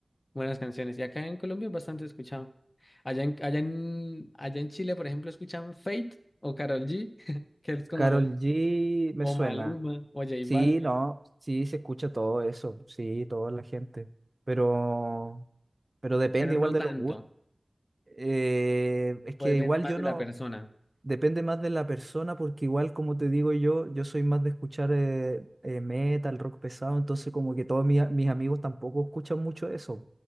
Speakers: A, on the left (about 45°); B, on the right (about 35°).
A: buenas canciones. Y acá en Colombia es bastante escuchado. Allá en, allá en, allá en Chile, por ejemplo, escuchan Fate o Karol G, <laughs> que es como
B: Carol
A: los,
B: G me
A: o
B: suena.
A: Maluma o J
B: Sí,
A: Balvin,
B: no, sí se escucha todo eso, sí, toda la gente. Pero, pero depende
A: pero no
B: igual de
A: tanto,
B: los gustos. Eh, es
A: o
B: que
A: depende
B: igual
A: más
B: yo
A: de
B: no,
A: la persona.
B: depende más de la persona, porque igual como te digo yo, yo soy más de escuchar eh, eh, metal, rock pesado, entonces como que todos mis, mis amigos tampoco escuchan mucho eso.